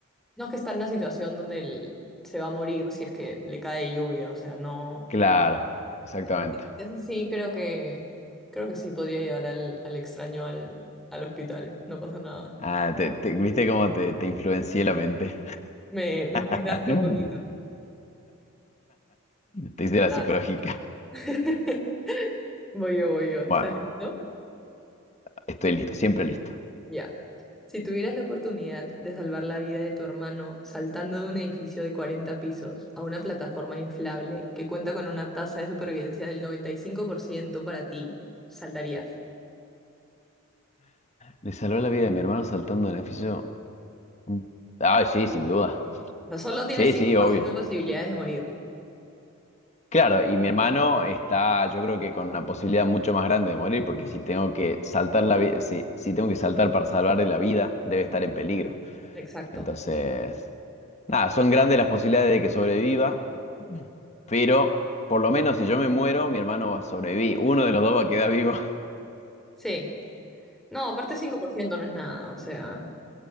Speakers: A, in the centre; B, on the left.
A: no es que está en una situación donde él se va a morir si es que le cae lluvia, o sea, no.
B: claro, exactamente.
A: Así que Eso sí, creo que, creo que sí podría llevar al, al extraño al, al hospital, no pasa nada.
B: Ah, te, te- ¿viste cómo te, te influencié la mente?
A: Me, me desgaste
B: <laughs>
A: un poquito.
B: Te hice
A: pero
B: la
A: nada.
B: psicológica.
A: <laughs> Voy yo, voy yo. ¿Estás
B: Bueno,
A: listo?
B: estoy listo, siempre listo.
A: Ya. Si tuvieras la oportunidad de salvar la vida de tu hermano saltando de un edificio de 40 pisos a una plataforma inflable que cuenta con una tasa de supervivencia del 95% para ti, ¿saltarías?
B: Le salvó la vida de mi hermano saltando del edificio. Mm. Ay, sí, sin duda.
A: No, solo tienes
B: Sí,
A: cinco
B: sí,
A: por
B: obvio.
A: ciento de posibilidades de morir.
B: Claro, y mi hermano está, yo creo que con una posibilidad mucho más grande de morir, porque si tengo que saltar la vida, si, si tengo que saltar para salvarle la vida, debe estar en peligro.
A: Exacto.
B: Entonces, nada, son grandes las posibilidades de que sobreviva, pero por lo menos si yo me muero, mi hermano va a sobrevivir. Uno de los dos va a quedar vivo.
A: Sí. No, aparte 5% no es nada, o sea.